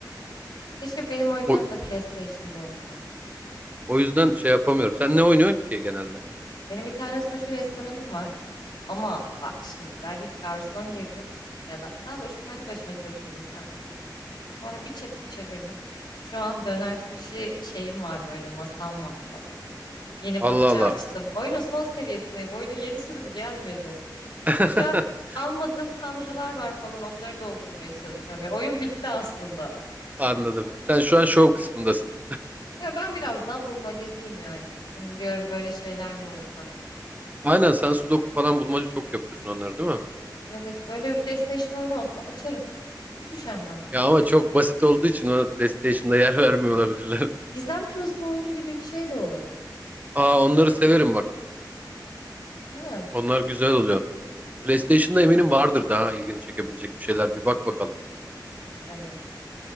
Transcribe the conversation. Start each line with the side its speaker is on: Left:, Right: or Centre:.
Left: Keşke benim oyunlarım
Right: O,
Left: da PlayStation'da olsa.
Right: o yüzden şey yapamıyorum. Sen ne oynuyorsun ki genelde?
Left: Benim bir tane sushi restoranım var. Ama bak şimdi ben ilk garson girdim. Ya da daha doğrusu kendi başıma çalışıyordum sadece. Sonra bir çekip çevirdim. Şu an döner sushi şeyim var böyle masam var falan. Yeni
Right: Allah
Left: bahçe
Right: Allah.
Left: açtım. Oyunun son seviyesindeyim. Oyunun yeni sürümü gelmedi.
Right: <laughs>
Left: Şu an almadığım tanrılar var falan onları doldurmaya çalışıyorum. Ya oyun bitti aslında.
Right: Anladım. Sen şu an şov kısmındasın.
Left: Ya ben biraz daha bulmacacıyım yani. Hani diyorum böyle şeyler mi olsa.
Right: Aynen sen sudoku falan bulmaca çok yapıyorsun onları değil mi?
Left: Evet öyle bir PlayStation oyunu olsa açarım. Hiç üşenmem.
Right: Ya ama çok basit olduğu için ona PlayStation'da yer vermiyor olabilirler.
Left: Gizem çözme oyunu gibi bir şey de olabilir.
Right: <laughs> Aa onları severim bak.
Left: Değil mi?
Right: Onlar güzel oluyor. PlayStation'da eminim vardır daha ilgini çekebilecek bir şeyler. Bir bak bakalım.
Left: Evet.